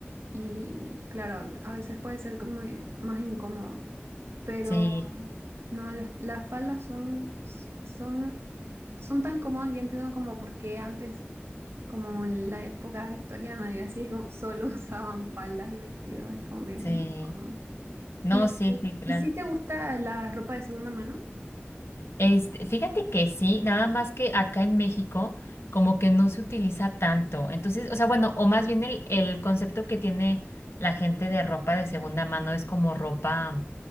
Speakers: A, on the right; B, on the left.
A: y claro, a veces puede ser como eh, más incómodo, pero
B: sí.
A: no, las, las faldas son, son, son tan cómodas, ya entiendo como por qué antes, como en la época victoriana y así, es como solo <laughs> usaban faldas y vestidos, es como que
B: Sí,
A: es muy cómodo.
B: no,
A: ¿Y,
B: sí, sí, claro.
A: y si te gusta la ropa de segunda mano?
B: Este, fíjate que sí, nada más que acá en México como que no se utiliza tanto. Entonces, o sea, bueno, o más bien el, el concepto que tiene la gente de ropa de segunda mano es como ropa,